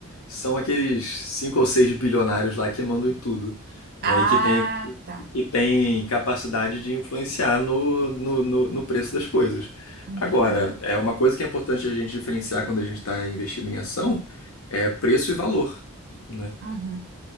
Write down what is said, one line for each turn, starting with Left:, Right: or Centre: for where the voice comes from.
Left: são aqueles cinco ou seis bilionários lá que mandam em tudo,
Right: Ah,
Left: né? E que tem
Right: tá.
Left: que tem capacidade de influenciar no, no, no, no preço das coisas.
Right: Entendi.
Left: Agora, é uma coisa que é importante a gente diferenciar quando a gente está investindo em ação é preço e valor, né?
Right: Uhum,